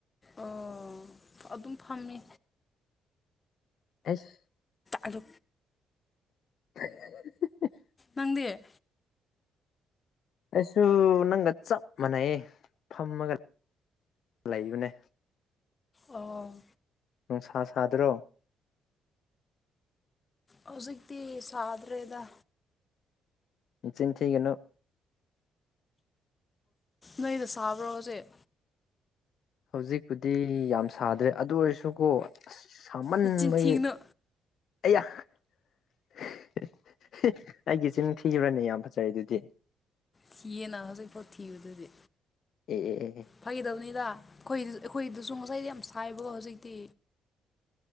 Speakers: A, on the left; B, on the left.
A: ꯑꯣ ꯑꯗꯨꯝ ꯐꯝꯃꯦ
B: ꯑꯁ
A: ꯑꯂꯨ
B: <inaudible>
A: ꯅꯪꯗꯤꯑꯦ
B: ꯑꯩꯁꯨ ꯅꯪꯒ ꯆꯞ ꯃꯥꯟꯅꯩ ꯐꯝꯃꯒ ꯂꯩꯌꯨꯅꯦ
A: ꯑꯣ
B: ꯅꯨꯡꯁꯥ ꯁꯥꯗ꯭ꯔꯣ
A: ꯍꯧꯖꯤꯛꯇꯤ ꯁꯥꯗ꯭ꯔꯦꯗ
B: ꯆꯤꯟꯊꯤꯒꯅꯣ
A: ꯅꯗ ꯁꯥꯕ ꯔꯣꯑꯣꯁꯦ
B: ꯍꯧꯖꯤꯛꯄꯨꯗꯤ ꯌꯥꯝ ꯁꯥꯗ꯭ꯔꯦ ꯑꯗꯨ ꯑꯣꯏꯔꯁꯨꯀꯣ ꯑꯁ ꯁꯥꯃꯟꯕꯒꯤ
A: ꯅꯆꯤꯟ ꯊꯤꯒꯅꯨ
B: ꯑꯩ ꯑꯩꯒꯤ ꯏꯆꯤꯟ ꯅꯤꯡꯊꯤꯨꯔꯅꯦ ꯌꯥꯝ ꯐꯖꯔꯤꯦ ꯑꯗꯨꯗꯤ
A: ꯊꯤꯌꯦꯅ ꯍꯧꯖꯤꯛꯐꯥꯎꯠ ꯊꯤꯕꯗꯨꯗꯤ
B: ꯑꯦ ꯑꯦ ꯑꯦ
A: ꯐꯒꯗꯕꯅꯤꯗ ꯑꯩꯈꯣꯏ ꯑꯩꯈꯣꯏꯗꯁꯨ ꯉꯁꯥꯏꯗꯤ ꯌꯥꯝ ꯁꯥꯏꯕꯀꯣ ꯍꯧꯖꯤꯛꯇꯤ